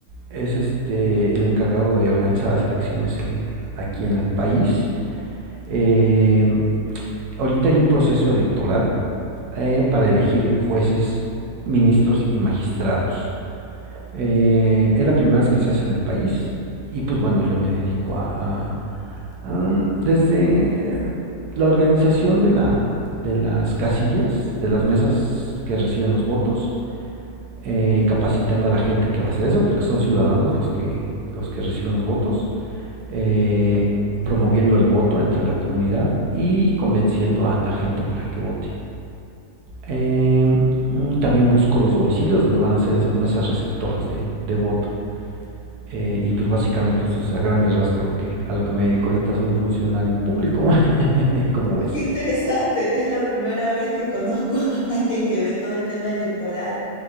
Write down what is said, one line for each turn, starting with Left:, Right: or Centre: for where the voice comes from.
Right: Es este el encargado de organizar las elecciones en, aquí en el país. Eh, ahorita hay un proceso electoral eh, para elegir jueces, ministros y magistrados. Eh, es la primera vez que se hace en el país. Y pues bueno, yo me dedico a, a Um, desde la organización de, la, de las casillas, de las mesas que reciben los votos, eh, capacitando a la gente que va a hacer eso, porque son ciudadanos los que, los que reciben los votos, eh, promoviendo el voto entre la comunidad y convenciendo a la gente para que vote. Eh, mm, también busco los domicilios donde van a ser esas mesas receptoras de, de voto. Eh, y pues básicamente eso es a grandes rasgos lo que, a lo que me dedico ahorita. Soy un funcionario público, <laughs> como
Left: Mm,
Right: ves.
Left: Qué interesante, es la primera vez que conozco <laughs> a alguien que ve todo el tema electoral.